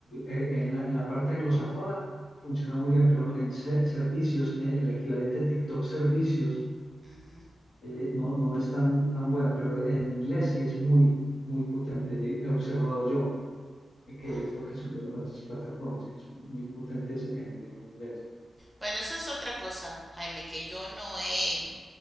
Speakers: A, on the left; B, in the centre.
A: eh, en la, en la parte anglosajona funciona muy bien, pero en servicios, eh, el equivalente TikTok servicios,
B: ujú.
A: eh, no, no es tan, tan buena, pero en inglés sí es muy, muy potente. He observado yo eh, que
B: Ah,
A: es lo que sucede con esas plataformas, que son muy potentes en el idioma inglés.
B: Bueno, eso es otra cosa, Jaime, que yo no he